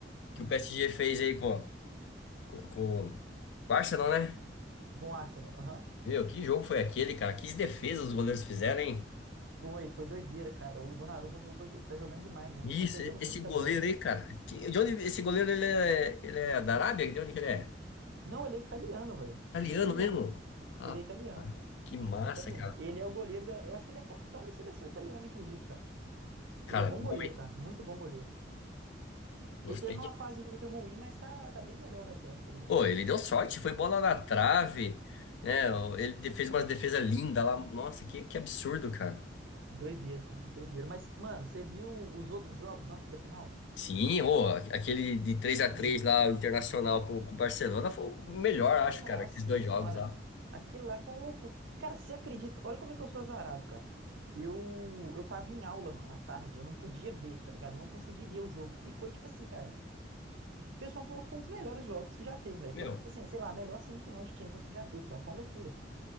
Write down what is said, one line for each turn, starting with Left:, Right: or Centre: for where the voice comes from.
Right: <clears throat>
Left: que o PSG fez aí com, com, com o Arsenal, né?
Right: Com o Arsenal, aham.
Left: Meu, que jogo foi aquele, cara? Que defesas os goleiros fizeram, hein?
Right: Foi, foi doideira, cara. O Donnarumma jogou, de- tá jogando demais mesmo.
Left: Isso,
Right: Ele tá pegando
Left: e- esse
Right: muita
Left: goleiro
Right: bola, velho.
Left: aí, cara. Que, de onde esse goleiro ele é, ele é da Arábia? De onde que ele é?
Right: Não, ele é italiano, velho.
Left: Italiano
Right: Ele é italiano.
Left: mesmo? Rapaz,
Right: Ele é italiano.
Left: que massa,
Right: Italiano.
Left: cara.
Right: Ele é o goleiro da. Eu acho que ele é capitão da seleção italiana, inclusive, cara.
Left: Cara,
Right: Ele é bom
Left: bom,
Right: goleiro,
Left: hein?
Right: cara. Muito bom goleiro.
Left: Gostei.
Right: Ele teve numa fase meio ruim, mas tá, tá bem melhor agora, tá ligado?
Left: Pô, ele deu sorte, foi bola na trave, né? Ele de- fez uma defesa linda lá. Nossa, que, que absurdo, cara.
Right: Doideira, cara. Doideira. Mas, mano, você viu os outros jogos antes da final?
Left: Sim, ô, aquele de três
Right: <clears throat>
Left: a três lá, o Internacional com, com o Barcelona, foi o melhor, acho,
Right: Nossa
Left: cara, aqueles dois
Right: senhora.
Left: jogos lá.
Right: Aquilo lá foi uma loucura. Cara, você acredita? Olha como é que eu sou azarado, cara. Eu, eu tava em aula, mano, à tarde. Eu não podia ver, tá ligado? Eu não consegui ver o jogo. E foi tipo assim, cara. O pessoal falou que foi um dos melhores jogos que já teve, velho.
Left: Meu,
Right: Foi, tipo assim, sei lá, a melhor semifinal de Champions que já teve, cara. Foi uma loucura.